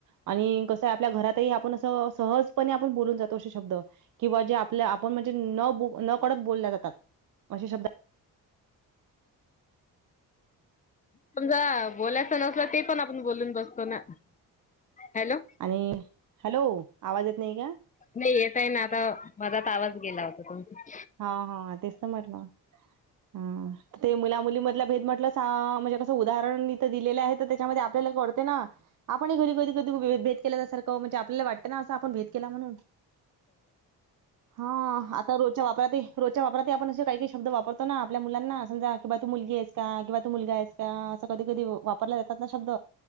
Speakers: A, on the right; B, on the left.
A: आणि कसं आपल्या घरातही आपण असं सहजपणे आपण बोलून जातो असे शब्द. किंवा जे आपल्या आपण म्हणजे न, न कडत बोलल्या जातात असे शब्द.
B: समजा, बोलायचं नसल ते पण आपण बोलून बसतो ना. हॅलो!
A: आणि हॅलो, आवाज येत नाही का?
B: नाही येत आहे ना आता, माझाच आवाज गेला होता. तुमचा
A: हा, हा तेच तर म्हटलं हा ते मुला- मुलीमधला भेद म्हटलं सा, म्हणजे कसं उदाहरण इथं दिलेलं आहे तर त्याच्यामध्ये आपल्याला कळते ना. आपणही घरी कधी, कधी भेद केल्याच सारखं म्हणजे आपल्याला वाटतं ना असं आपण भेद केला म्हणून. हा, आता रोज च्या वापरात ते रोजच्या वापरात ही आपण असे काही काही शब्द वापरतो ना, आपल्या मुलांना समजा कि बा तू मुलगी आहेस‌. का किंवा तू मुलगा आहेस का असं कधी कधी वापरला जातात ना शब्द.